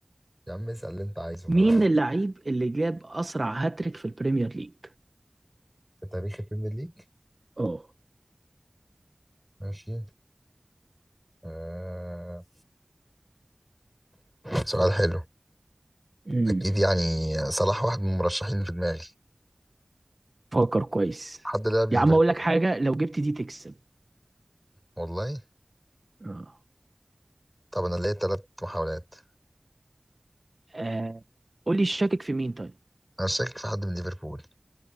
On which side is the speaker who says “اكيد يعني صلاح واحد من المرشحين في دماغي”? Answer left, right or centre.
Centre